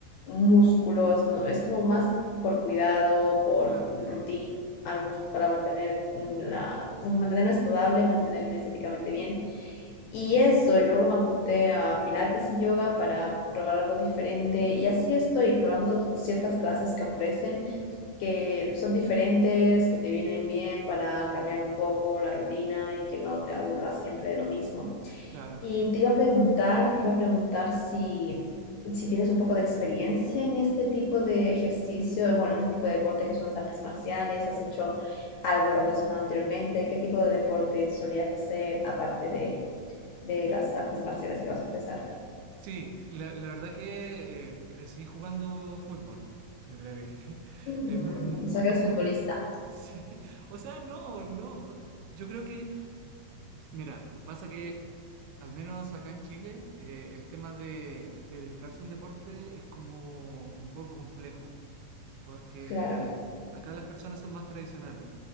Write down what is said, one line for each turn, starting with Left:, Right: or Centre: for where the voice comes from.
Left: músculos, no, es como más por cuidado, por
Right: claro,
Left: rutina, algo para mantener la, pues, mantenerme saludable, mantenerme estéticamente bien. Y eso, y luego me apunté a pilates y yoga para probar algo diferente. Y así estoy probando ciertas clases que ofrecen, que son diferentes, que te vienen bien para cambiar un poco la rutina y que no te aburras siempre de lo mismo.
Right: claro.
Left: Y te iba a preguntar, te iba a preguntar si, si tienes un poco de experiencia en este tipo de ejercicio, bueno, en este tipo de deporte que son las artes marciales, ¿has hecho algo relacionado anteriormente? ¿Qué tipo de deporte solías hacer aparte de, de las artes marciales que vas a empezar?
Right: Sí, la, la verdad que eh, crecí jugando fútbol. Yo creo que <laughs>
Left: Mm,
Right: es mu- mu- muy
Left: o sea, que
Right: común.
Left: eres futbolista,
Right: <laughs> Sí. O sea, no, no. Yo creo que... Mira, pasa que al menos acá en Chile eh, el tema de, de dedicarse a un deporte es como un poco complejo, porque
Left: claro.
Right: acá las personas son más tradicionales.